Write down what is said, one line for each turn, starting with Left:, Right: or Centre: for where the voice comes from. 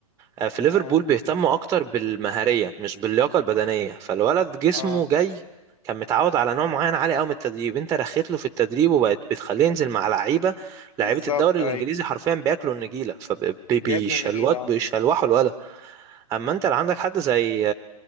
Right: آه، في ليفربول
Left: اه
Right: بيهتموا أكتر بالمهارية مش باللياقة البدنية فالولد جسمه
Left: اه
Right: جاي كان متعود على نوع معين عالي قوي من التدريب انت رخيت له في التدريب وبقت بتخليه ينزل مع لعيبه لعيبه
Left: بالظبط
Right: الدوري
Left: ايوه
Right: الانجليزي حرفيا بياكلوا النجيله فبيشلوت
Left: بياكلوا النجيلة اه
Right: بيشلوحوا الولد اما انت اللي عندك حد زي